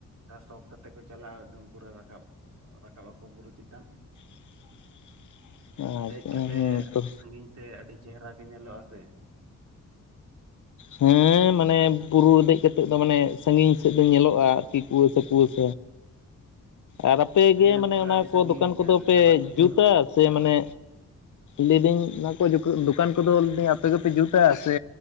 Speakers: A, on the right (about 55°); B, on the left (about 65°).
A: ᱠᱟ ᱥᱚᱠ ᱠᱟᱛᱮᱮᱫ ᱠᱚ ᱪᱟᱞᱟᱜᱼᱟ ᱮᱠᱫᱚᱢ ᱯᱩᱨᱟᱹ ᱨᱟᱠᱟᱵ ᱨᱟᱠᱟᱵ ᱟᱠᱚ ᱵᱩᱨᱩ ᱪᱮᱛᱟᱱ ᱾
B: <inaudible> ᱟᱪᱪᱷᱟ
A: ᱫᱮᱡ ᱠᱟᱛᱮ
B: ᱦᱮᱸ ᱛᱚ
A: ᱥᱟᱺᱜᱤᱧ ᱥ ᱟᱹᱰᱤ ᱪᱮᱦᱮᱨᱟ ᱜᱮ ᱧᱮᱞᱚᱜᱼᱟ ᱥᱮ ᱾
B: ᱦᱮᱸ ᱢᱟᱱᱮ ᱵᱩᱨᱩ ᱨᱮ ᱫᱮᱡ ᱠᱟᱛᱮ ᱱᱤᱛᱚᱜ ᱫᱚ ᱢᱟᱱᱮ ᱥᱟᱺᱜᱤᱧ ᱥᱮᱫ ᱫᱚ ᱧᱮᱞᱚᱜᱼᱟ ᱟᱨᱠᱤ ᱠᱩᱣᱟᱹᱥᱟ ᱠᱩᱣᱟᱹᱥ ᱟᱨ ᱟᱯᱮ
A: ᱦᱮᱸ
B: ᱜᱮ ᱢᱟᱱᱮ
A: ᱯᱩᱨᱟᱹ
B: ᱚᱱᱟ
A: ᱟᱹᱰᱤ
B: ᱠᱚ
A: ᱥᱟᱺᱜᱤᱧ
B: ᱫᱚᱠᱟᱱ ᱠᱚᱫᱚ ᱯᱮ
A: ᱧᱟᱞᱟᱫ ᱜᱮ
B: ᱡᱩᱛᱟ
A: ᱧᱮᱞᱚᱜᱼᱟ
B: ᱥᱮ ᱢᱟᱱᱮ ᱞᱟᱹᱭᱮᱫᱟᱹᱧ ᱚᱱᱟ ᱠᱚ ᱫᱚᱠᱟᱱ ᱠᱚᱫᱚ ᱞᱟᱹᱭᱫᱟᱹᱧ ᱟᱯᱮ ᱜᱮᱯᱮ ᱡᱩᱛᱟ ᱥᱮ